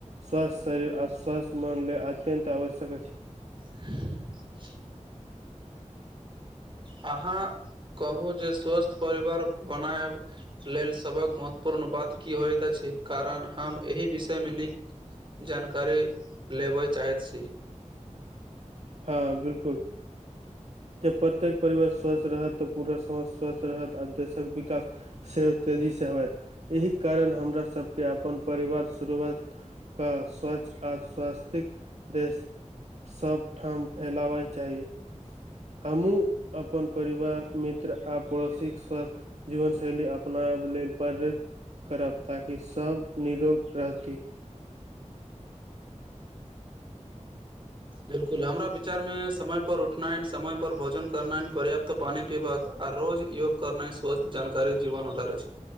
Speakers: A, on the right; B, on the right.
A: स्वस्थ शरीर आ स्वस्थ मन ले अत्यन्त आवश्यक अछि
B: <inaudible> अहाँ कहू जे स्वस्थ परिवार बनायब लेल सभक महत्वपूर्ण बात की होइत अछि कारण हम एहि विषयमे नीक जानकारी लेबय चाहैत छी
A: हँ बिलकुल जब प्रत्येक परिवार स्वस्थ रहत तऽ पूरा समाज स्वस्थ रहत आ देशक विकास से तेजी से होयत एहि कारण हमरा सबके अपन परिवार शुरुआत कऽ स्वच्छ आ स्वास्तिक देश सबठाम फैलाबय चाही हमहुँ अपन परिवार मित्र आ पड़ोसीक स्वास्थ जीवन शैली अपनायब लेल प्रेरित करब ताकि सब निरोग रहती
B: बिलकुल हमरा विचार में समय पर उठनाइ समय पर भोजन करना पर्याप्त त पानी पीबाक आ रोज योग करना स्वस्थ जानकारी जीवन आधार छै